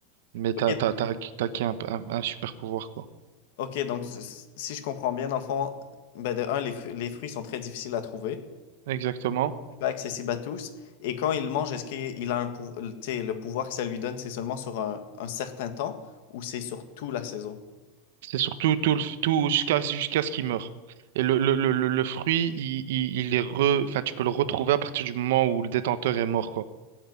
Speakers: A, on the right; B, on the left.
A: mais t'as,
B: Ok,
A: t'as, t'as, acquis t'as acquis un, un un super pouvoir, quoi.
B: Ok, donc c- c- si je comprends bien, dans le fond, ben de un, les, fru- les fruits sont très difficiles à trouver,
A: Exactement.
B: pas accessibles à tous. Et quand il mange, est-ce qu'il a un pou- tu sais, le pouvoir que ça lui donne, c'est seulement sur un, un certain temps ou c'est sur toute la saison?
A: C'est surtout tout, le- tout jusqu'à jusqu'à ce qu'il meure. Et le, le, le, le le fruit, il, il, il est re... enfin, tu peux le retrouver à partir du moment où le détenteur est mort, quoi.